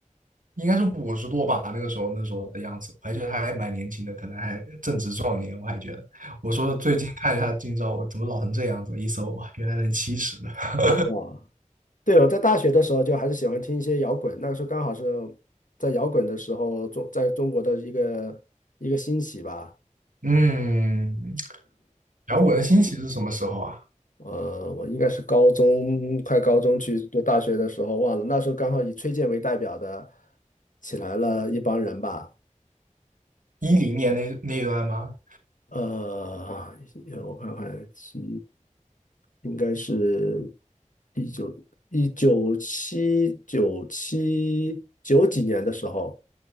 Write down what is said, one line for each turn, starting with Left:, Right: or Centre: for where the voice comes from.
Right: 应该是五十多吧，那个时候那时候的样子，我还觉得他还蛮年轻的，可能还正值壮年。我还觉得，我说最近看一下近照，我怎么老成这样子？一搜哇，原来人七十的。<laughs>
Left: 哇，对，我在大学的时候就还是喜欢听一些摇滚，那个时候刚好是在摇滚的时候中在中国的一个一个兴起吧。
Right: 嗯，摇滚的兴起是什么时候啊？
Left: 呃，我应该是高中，快高中去读大学的时候忘了，那时候刚好以崔健为代表的起来了一帮人吧。
Right: 一零年那那一段吗？
Left: 呃，我看看，七，应该是一九一九七九七九几年的时候，